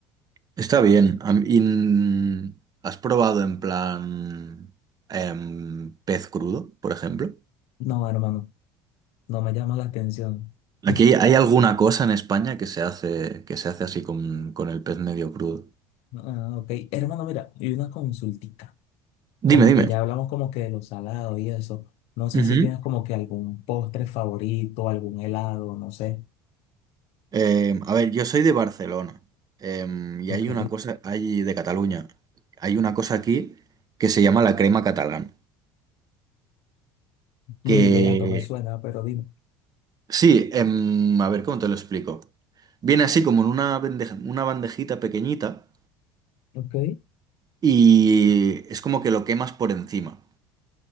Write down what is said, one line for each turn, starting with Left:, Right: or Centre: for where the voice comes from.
Right: Está bien. Am- y, mm, ¿Has probado en plan em, pez crudo, por ejemplo?
Left: No, hermano, no me llama la atención.
Right: Aquí
Left: <laughs>
Right: hay alguna cosa en España que se hace, que se hace así con, con el pez medio crudo.
Left: Ah, ok. Hermano, mira, y una consultica.
Right: Dime,
Left: Como
Right: dime.
Left: que ya hablamos como que de los salados y eso. No sé
Right: Ujú.
Left: si tienes como que algún postre favorito, algún helado, no sé.
Right: Em, a ver, yo soy de Barcelona em, y
Left: Ok.
Right: hay una cosa, hay de Cataluña, hay una cosa aquí que se llama la crema catalana. Que
Left: Ni idea, no me suena, pero dime.
Right: sí, em, a ver, ¿cómo te lo explico? Viene así como en una, bendeja- una bandejita pequeñita.
Left: Ok,
Right: Y es como que lo quemas por encima.